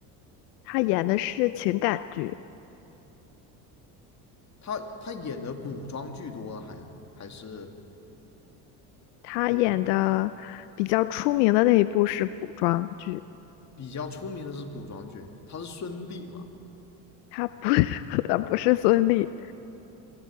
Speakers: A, on the left; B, on the left.
A: 他演的是情感剧，
B: 他他演的古装剧多，还还是
A: 他演的比较出名的那一部是古装剧，
B: 古比较出名的是古装剧。他是孙俪嘛？
A: 他不 <laughs> 他不是孙俪，